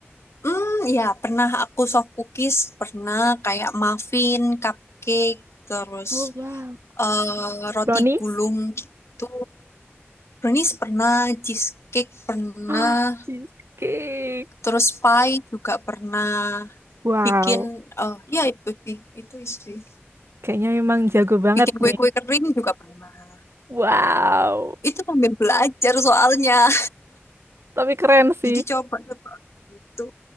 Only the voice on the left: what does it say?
Hmm, ya pernah aku soft cookies, pernah kayak muffin, cupcake, terus
eh, roti
gulung gitu. Brownies pernah, cheesecake pernah,
terus pie juga pernah.
Bikin, eh ya itu sih, itu sih.
Bikin kue-kue
kering juga pernah.
Itu sambil belajar soalnya.
<laughs>
Jadi coba-coba gitu.